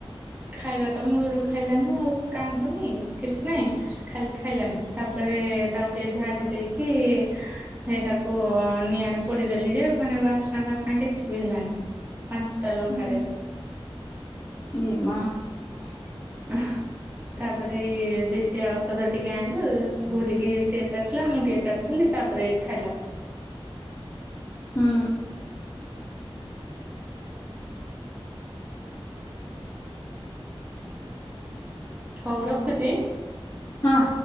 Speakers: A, on the right; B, on the left.
A: ଖାଇବା ତ ମୁଳୁରୁ ଖାଇଲାନି ଆଉ, କାନ୍ଦୁନି କିଛି ନାଇଁ। ଖାଲି ଖାଇଲାନି, ତାପରେ ତାକୁ ଟିକେ ଝାଡି ଦେଇକି ସେଇଟାକୁ ନିଆଁରେ ପଡିଦେଲି ଯେ ମାନେ ବା ସ୍ନା ଫାସ୍ନା କିଛି ବି ହେଲାନି ପାଞ୍ଚଟା ଲଙ୍କାରେ।
B: ହୁଁ ଏ ମା।
A: ଉମ ତାପରେ ଏଇ ଦିଷ୍ଟିଆ ଔଷଧ ଟିକେ ଆଣିଲୁ, ଘୋରିକି ସିଏ ଚାଟିଲା ମୁଁ ଟିକେ ଚାଟିଦେଲି। ତାପରେ ଏଠି ଖାଇଲା।
B: ଉଁ,
A: ହଉ ରଖୁଛି।
B: ହଁ।